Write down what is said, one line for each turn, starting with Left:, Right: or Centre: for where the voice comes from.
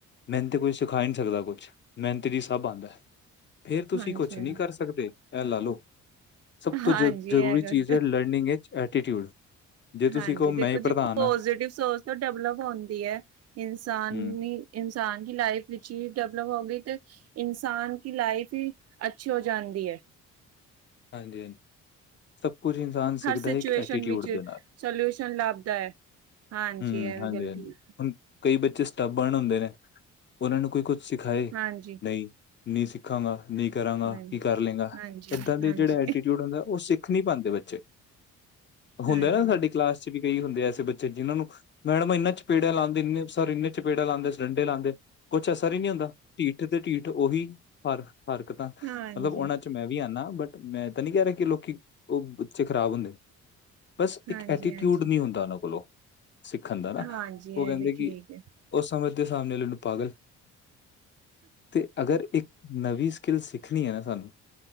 Left: ਮੈਨੂੰ ਤੇ ਕੋਈ ਸਿਖਾ ਨਹੀਂ ਸਕਦਾ ਕੁਛ ਮਿਹਨਤ ਸਭ ਆਉਂਦਾ ਫਿਰ ਤੁਸੀਂ
Right: ਹਾਂਜੀ,
Left: ਕੁਛ ਨਹੀਂ
Right: ਹਾਂਜੀ।
Left: ਕਰ ਸਕਦੇ ਇਹ ਲਾ ਲਓ ਸਭ ਤੋਂ
Right: ਹਾਂਜੀ,
Left: ਜ਼ਰੂਰੀ
Right: ਇਹ ਗੱਲ
Left: ਚੀਜ਼ ਹੈ ਲਰਨਿੰਗ ਵਿੱਚ ਐਟੀਟਿਊਡ ਜੇ ਤੁਸੀਂ
Right: ਹਾਂਜੀ
Left: ਕਹੋ ਮੈਂ
Right: ਦੇਖੋ
Left: ਹੀ ਪ੍ਰਧਾਨ
Right: ਜੀ ਪੋਜ਼ਟਿਵ
Left: ਹਾਂ
Right: ਸੋਚ ਤੋਂ ਡਿਵਲਪ ਹੁੰਦੀ ਹੈ ਇਨਸਾਨੀ
Left: ਹੂੰ,
Right: ਇਨਸਾਨ ਦੀ ਲਾਈਫ ਵਿੱਚ ਹੀ ਡਿਵਲਪ ਹੋ ਗਈ ਤੇ ਇਨਸਾਨ ਕੀ ਲਾਈਫ ਹੀ ਅੱਛੀ ਹੋ ਜਾਂਦੀ ਐ
Left: ਹਾਂਜੀ-ਹਾਂਜੀ ਸਭ ਕੁਝ ਇਨਸਾਨ ਸਿੱਖਦਾ
Right: ਹਰ ਸਿਚੁਏਸ਼ਨ
Left: ਇੱਕ ਐਟੀਟਿਊਡ
Right: ਵਿੱਚ
Left: ਦੇ ਨਾਲ।
Right: ਸਲਿਊਸ਼ਨ ਲੱਭਦਾ ਐ ਹਾਂਜੀ
Left: ਹੂੰ,
Right: ਇਹ ਵੀ
Left: ਹਾਂਜੀ,
Right: ਗੱਲ
Left: ਹਾਂਜੀ।
Right: ਠੀਕ ਆ
Left: ਹੁਣ ਕਈ ਬੱਚੇ ਸਟੱਬਣ ਹੁੰਦੇ ਨੇ ਉਹਨਾਂ ਨੂੰ ਕੋਈ ਕੁਛ ਸਿਖਾਏ
Right: ਹਾਂਜੀ
Left: ਨਹੀਂ ਨਹੀਂ ਸਿੱਖਾਂਗਾ ਨਹੀਂ ਕਰਾਂਗਾ
Right: ਨਹੀਂ
Left: ਕੀ ਕਰ ਲੈਂਗਾ
Right: ਹਾਂਜੀ
Left: ਏਦਾਂ ਦੇ
Right: ਹਾਂਜੀ
Left: ਜਿਹੜਾ
Right: ਹਾਂਜੀ
Left: ਐਟੀਟਿਊਡ ਹੁੰਦੇ ਉਹ ਸਿੱਖ ਨਹੀਂ ਪਾਦੇ ਬੱਚੇ ਹੁੰਦੇ
Right: ਹਾਂਜੀ
Left: ਨਾ ਸਾਡੀ ਕਲਾਸ ਚ ਵੀ ਕਈ ਹੁੰਦੇ ਐਸੇ ਬੱਚੇ ਜਿਹਨਾਂ ਨੂੰ ਮੈਡਮ ਇਹਨਾਂ ਚਪੇੜਿਆਂ ਲਉਂਦੇ ਇੰਨੇ ਸਰ ਇੰਨੇ ਚਪੇੜਾ ਲਾਂਦੇ ਸੀ ਡੰਡੇ ਲਾਂਦੇ ਕੁਛ ਅਸਰ ਹੀ ਨਹੀਂ ਹੁੰਦਾ ਢੀਠ ਤੇ ਢੀਠ ਉਹੀ ਹਰ ਹਰਕਤਾਂ ਮਤਲਬ
Right: ਹਾਂਜੀ
Left: ਉਹਨਾਂ ਉੱਚ ਮੈਂ ਵੀ ਆਉਂਦਾ ਬਟ ਮੈਂ ਤਾਂ ਨੀ ਕਹਿ ਰਿਹਾ ਕਿ ਲੋਕੀ ਉੱਚ ਖਰਾਬ ਹੁੰਦੇ ਬਸ ਇੱਕ
Right: ਹਾਂਜੀ
Left: ਐਟੀਟਿਊਡ ਨਹੀਂ ਹੁੰਦਾ ਉਹਨਾਂ ਕੋਲੋਂ ਸਿੱਖਣ ਦਾ ਨਾ
Right: ਹਾਂਜੀ
Left: ਉਹ
Right: ਇਹ
Left: ਕਹਿੰਦੇ
Right: ਵੀ
Left: ਕਿ
Right: ਠੀਕ ਹੈ
Left: ਉਸ ਸਮਝ ਦੇ ਸਾਮਣੇ ਵਾਲੇ ਨੂੰ ਪਾਗਲ ਤੇ ਅਗਰ ਇੱਕ ਨਵੀਂ ਸਕਿਲ ਸਿੱਖਣੀ ਐ ਨਾ ਸਾਨੂੰ